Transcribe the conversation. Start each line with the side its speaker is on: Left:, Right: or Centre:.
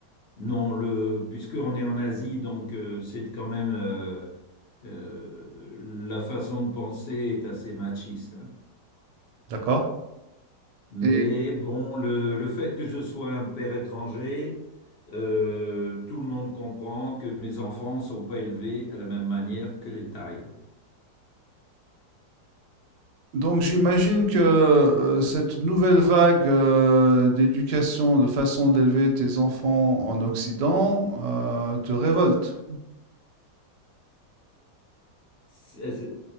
Left: non, le, puisqu'on est en Asie, donc euh, c'est quand même euh, euh, la façon de penser est assez machiste. hein.
Right: D'accord?
Left: Mais
Right: Et
Left: bon, le, le fait que je sois un père étranger, euh, tout le monde comprend que mes enfants ne sont pas élevés à la même manière que les Thaïs.
Right: donc j'imagine que euh, cette nouvelle vague euh, d'éducation, de façon d'élever tes enfants en Occident, euh, te révolte.
Left: C'est- c'est-